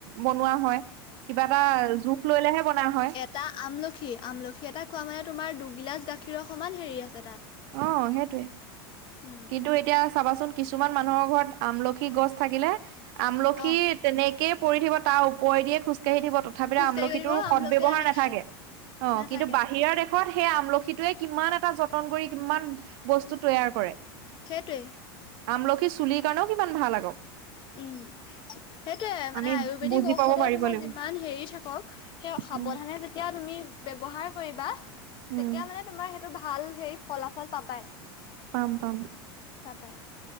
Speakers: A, on the right (about 60°); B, on the left (about 40°).
A: বনোৱা হয়। কিবা এটা জোখ লৈ লৈ হে বনৱা হয়।
B: তা আমলখি, আমলখি এটা খোৱা মানে তোমাৰ দুগিলাচ গাখীৰৰ সমান হেৰি আছে তাত।
A: অ সেইটোৱে,
B: উম
A: কিন্তু এতিয়া চাবাচোন কিছুমান মানুহৰ ঘৰত আমলখি গছ থাকিলে, আমলখি
B: অ
A: তেনেকেই পৰি থাকিব তাৰ ওপৰে দিয়ে খোজকাঢ়ি দিব তথাপিতো
B: খোজকাঢ়ি
A: আমলখিটোৰ
B: গৈ থাকিব
A: সদ
B: আমলখি
A: ব্যয়ৱহাৰ
B: এটা নাখায়
A: নাথাকে। অ
B: নাথাকে
A: কিন্তু বাহিৰৰ
B: নাথাকে
A: দে ত সেই আমলখিটোৱে কিমান এটা যতন কৰি কিমান বস্তু তৈয়াৰ কৰে।
B: সেইটোৱে।
A: আমলখি চুলিৰ কাৰণেও কিমান ভাল আকৌ।
B: উম সেইটোয়ে মানে
A: আমি
B: আয়ুৰ্বেদিক
A: বুজি
B: ঔষধৰ
A: পাব পাৰিব
B: তোমাৰ
A: লাগিব
B: যিমান হেৰি থাকক সেই সাৱধানে
A: উম
B: যেতিয়া তুমি ব্যৱহাৰ কৰিবা তেতিয়া
A: উম
B: মানে তোমাৰ সেইটো ভাল হেৰি ফলাফল পাবাই।
A: পাম পাম।
B: <inaudible>